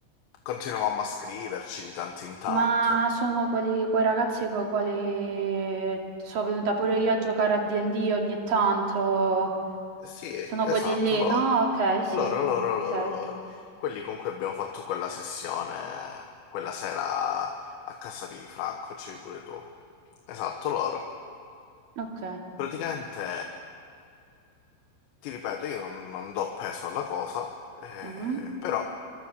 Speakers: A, on the left (about 80°); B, on the right (about 55°).
A: Continuavamo a scriverci di tanto in tanto.
B: Ma sono quelli, quei ragazzi con i quali sono venuta pure io a giocare a D&D ogni tanto.
A: Sì,
B: Sono
A: esatto,
B: quelli lì,
A: loro.
B: no? Ok, sì,
A: Loro,
B: ok,
A: loro, loro, loro. Quelli con cui abbiamo fatto quella sessione, quella sera a casa di Franco, c'eri pure tu. Esatto, loro.
B: ok.
A: Praticamente, ti ripeto, io non, non do peso alla cosa, eh,
B: Mm,
A: però